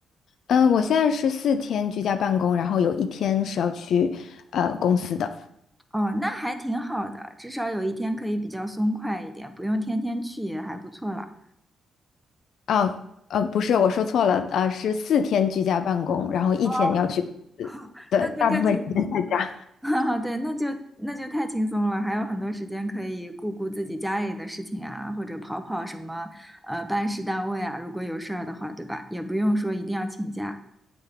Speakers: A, on the left; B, in the centre.
A: 嗯，我现在是四天居家办公，然后有一天是要去呃公司的，
B: 哦，那还挺好的，至少有一天可以比较松快一点，不用天天去也还不错了。
A: 啊呃，不是，我说错了，呃，是四天居家办公，然后一天要去，
B: 哦，<laughs> 那就更轻松，
A: 大部分时间在家。
B: <laughs> 对，那就那就太轻松了，还有很多时间可以顾顾自己家里的事情啊，或者跑跑什么呃办事单位啊，如果有事儿的话，对吧？也不用说一定要请假。